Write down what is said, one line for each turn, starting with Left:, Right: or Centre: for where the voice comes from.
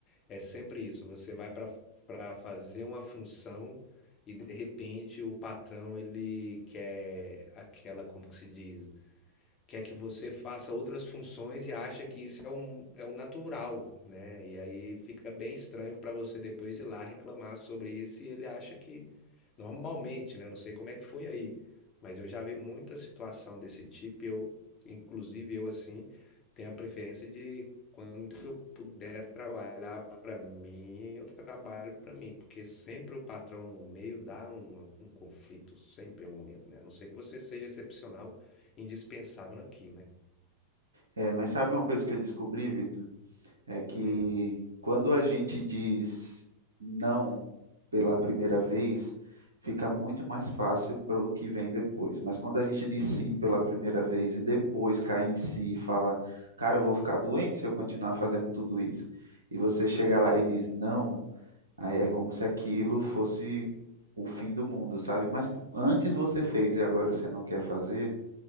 Left: É sempre isso. Você vai para para fazer uma função e de repente o patrão ele quer aquela, como que se diz? quer que você faça outras funções e acha que isso é um, é um natural, né? E aí fica bem estranho para você depois ir lá reclamar sobre isso e ele acha que normalmente, né? Eu não sei como é que foi aí, mas eu já vi muita situação desse tipo. e Eu, inclusive eu assim, tenho a preferência de quando eu puder trabalhar para mim, eu trabalho para mim, porque sempre o patrão no meio dá um, um conflito, sempre em algum momento, né? A não ser que você seja excepcional indispensável naquilo, né?
Right: É, mas sabe uma coisa que eu descobri, Vitor? É que
Left: Hum,
Right: quando a gente diz não pela primeira vez, fica muito mais fácil para o que vem depois. Mas quando a gente diz sim pela primeira vez e depois cai em si e fala, cara, eu vou ficar doente se eu continuar fazendo tudo isso, e você chega lá e diz não, aí é como se aquilo fosse o fim do mundo, sabe? Mas antes você fez e agora você não quer fazer.